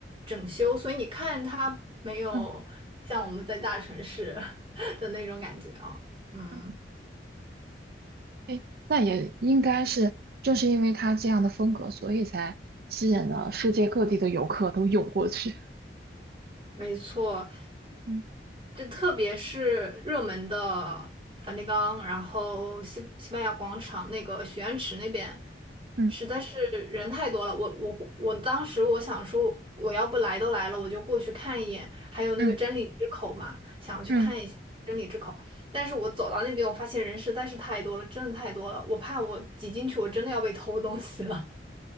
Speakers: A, on the right (about 30°); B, on the right (about 55°).
A: 整修，所以你看它没有像我们在大城市
B: 嗯
A: <laughs> 的那种感觉啊。嗯，
B: 嗯，哎，那也应该是，正是因为它这样的风格，所以才吸引了世界各地的游客都涌过去。
A: 没错。
B: 嗯
A: 就特别是热门的梵蒂冈，然后西西班牙广场那个许愿池那边，
B: 嗯
A: 实在是人太多了。我我我当时我想说，我要不来都来了，我就过去看一眼。还有那个真理之口嘛，
B: 嗯
A: 想去看一下真理之口。
B: 嗯，
A: 但是我走到那边，我发现人实在是太多了，真的太多了。我怕我挤进去，我真的要被偷东西了。